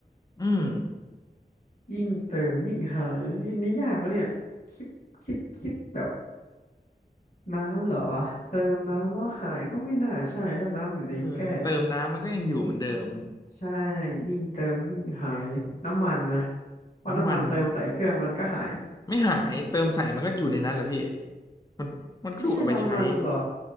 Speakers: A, on the left (about 25°); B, on the left (about 50°).
A: อืม
B: ยิ่งเติมยิ่งหายอันนี่ยากนะเนี่ยคิดคิดคิดแบบ น้ำเหรอวะเติมน้ำแล้วหายก็ไม่น่าใช่ถ้าน้ำอยู่ในแก้ว
A: เออเติมน้ำมันก็ยังอยู่เหมือนเดิม
B: อืมใช่ยิ่งเติมยิ่งหายน้ำมันนะเพราะน้ำมันเติมใส่เครื่องมันก็หาย
A: น้ำมันไม่หายเติมใส่มันก็อยู่ในนั้นแหละพี่มันมันถูกเอาไปใช้
B: ไม่ใช่น้ำมันเหรอ